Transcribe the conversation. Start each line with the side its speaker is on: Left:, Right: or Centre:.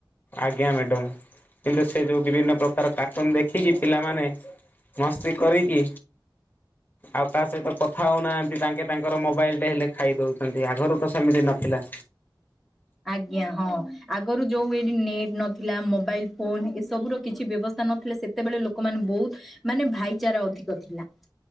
Left: ଆଜ୍ଞା ମ୍ୟାଡ଼ମ୍ କିନ୍ତୁ ସେ ଯେଉଁ ବିଭିନ୍ନ ପ୍ରକାର କାର୍ଟୁନ ଦେଖିକି ପିଲାମାନେ ମସ୍ତି କରିକି
Centre: <unintelligible>
Left: ଆଉ କାହା ସହିତ କଥା ହଉନାହାନ୍ତି ତାଙ୍କେ ତାଙ୍କର ମୋବାଇଲ ଟେ ହେଲେ ଖାଇ ଦଉଛନ୍ତି ଆଗରୁ ତ ସେମିତି ନଥିଲା।
Centre: ଆଜ୍ଞା ହଁ ଆଗରୁ ଯୋଉ ଏଠି ନେଟ୍ ନଥିଲା ମୋବାଇଲ ଫୋନ ଏସବୁ ର କିଛି ବ୍ୟବସ୍ଥା ନଥିଲେ ସେତେବେଳେ ଲୋକମାନେ ବହୁତ ମାନେ ଭାଇଚାରା ଅଧିକ ଥିଲା।